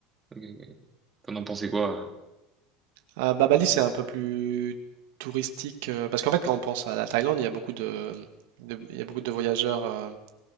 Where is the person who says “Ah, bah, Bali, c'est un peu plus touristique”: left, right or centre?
Right